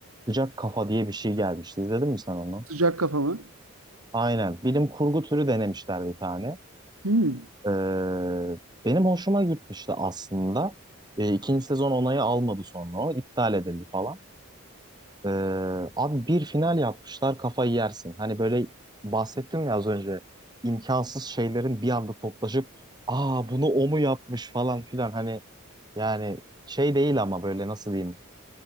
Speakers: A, on the right (about 20°); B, on the right (about 85°).
A: Sıcak Kafa diye bir şey gelmişti. İzledin mi sen onu?
B: Sıcak kafama.
A: Aynen. Bilim kurgu türü denemişler bir tane.
B: Hmm.
A: Ee, benim hoşuma gitmişti aslında. Ee, ikinci sezon onayı almadı sonra o. iptal edildi falan. Ee, abi bir final yapmışlar kafayı yersin. Hani böyle bahsettim ya az önce imkansız şeylerin bir anda toplaşıp aa bunu o mu yapmış falan filan hani yani şey değil ama böyle nasıl diyeyim